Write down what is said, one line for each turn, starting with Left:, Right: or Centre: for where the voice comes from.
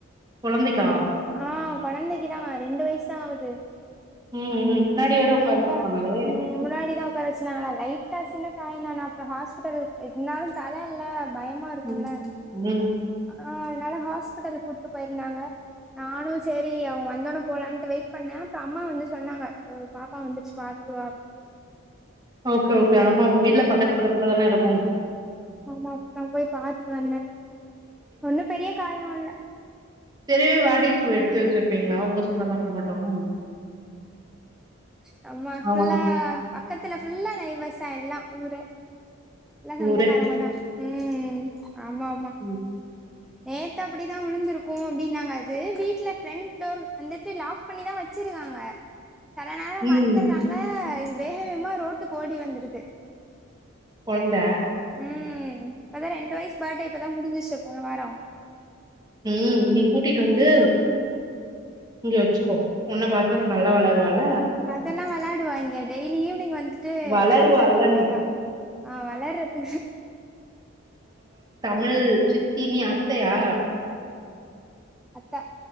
Right: கொழந்தைக்கா
Centre: ஆ கொழந்தைக்குதா ரெண்டு வயசு தா ஆகுது
Right: ம் ம் முன்னாடி வேற
Centre: லைட்டா
Right: உக்கார வச்சிருப்பாங்களே
Centre: ம் முன்னாடி தா பேசினாங்களா லைட்டா சின்ன காயந்தான அப்புற ஹாஸ்பிடல் இருந்தாலும் தல இல்ல பயம் மா இருக்கும்ல
Right: ம் ம்
Centre: ஆ அதனால ஹாஸ்பிட்டலுக்கு கூப்டு போயிருந்தாங்க நானு செரி அவுங்க வந்தோன்ன போலான்ட்டு வெயிட் பண்ணே அப்றொ அம்மா வந்து சொன்னாங்க பாப்பா வந்துருச்சு பாத்ட்டுவா
Right: ஓக்கே ஓக்கே ஆமா உங்க வீட்லா
Centre: ம்
Right: பக்கத்து பக்கத்துலதான இருக்கு
Centre: ஆமா நா போய் பாத்துட்டு வந்தே ஒன்னும் பெரிய காயோ இல்ல
Right: தெரியவே வாடைகைக்கு எட்த்து வெச்சிருப்பீங்ளா உங்க சொந்தக்காரங்க மட்டு
Centre: நம்ம ஃபுல்லா
Right: ஆமாம்
Centre: பக்கத்துல ஃபுல்லா நைபர்ஸ்தா எல்லா ஊரே எல்லா சொந்தக்காரவுங்க
Right: ஊரே
Centre: தா ம் ஆமாமா
Right: ம்
Centre: நேத்து அப்படிதா விழுந்திருக்கு அப்டின்னாங்க அது வீட்ல ஃபிரண்ட் டோர் வந்துட்டு லாக் பண்ணிதா வெச்சிருக்காங்க செல நேரோ
Right: ம்
Centre: மறந்தர்றாங்க இது வேக வேமா ரோட்டுக்கு ஓடி வந்துருது
Right: கொழந்த
Centre: ம் இப்பதா ரெண்டு வயசு பர்ட்டே இப்பதா முடிஞ்சிச்சு போன வாரோ
Right: ம் இன்னைக் கூட்டிட்டு வந்து இங்க வெச்சுக்கோ ஒன்ன பாத்து நல்லா வளருவால
Centre: அதெல்லா வெளாடுவா இங்க டெய்லி ஈவ்னிங் வந்துட்டு
Right: வளருவால்லன்
Centre: டான்ஸ் ஆடுவா நல்லா ஆ வளர்ற <unintelligible>
Right: ம் சித் சி நீ அத்தையா
Centre: அத்த